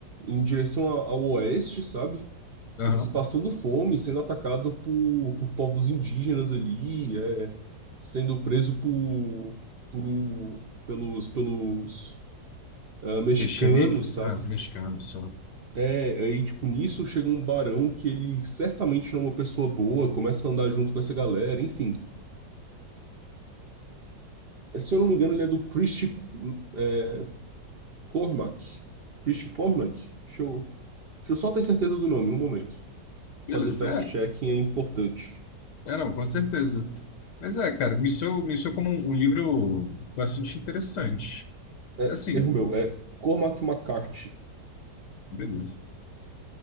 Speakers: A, on the right; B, on the left.
A: em direção a- ao oeste, sabe?
B: Aham.
A: Eles passando fome, sendo atacado por, por povos indígenas ali, é, sendo preso por, por, o- pelos, pelos ah, mexicanos,
B: E xerifes?
A: sabe?
B: Ah, mexicano só.
A: É, aí, tipo, nisso chega um barão que ele certamente não é uma pessoa boa, começa a andar junto com essa galera, enfim. É, Se eu não me engano, ele é do Christie é, Cormac. Christie Cormac? Deixa eu, deixa eu só ter certeza do nome, um momento.
B: Beleza,
A: fazer fact-checking
B: é.
A: é importante.
B: É, não, com certeza. Mas é, cara, me soou, me soou como um, um livro bastante interessante.
A: É,
B: Assim,
A: erro meu, é Cormac McCarthy.
B: beleza.